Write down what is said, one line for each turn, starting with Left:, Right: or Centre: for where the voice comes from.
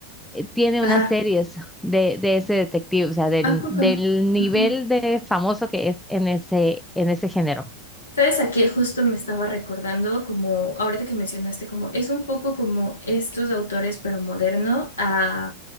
Centre: eh, tiene
Left: Ajá.
Centre: unas series de, de ese detective, o sea, del,
Left: ¿A poco?
Centre: del nivel
Left: Ajá.
Centre: de famoso que es en ese, en ese género.
Left: ¿Sabes? Aquí justo me estaba recordando, como ahorita que mencionaste, como es un poco como estos autores, pero moderno, a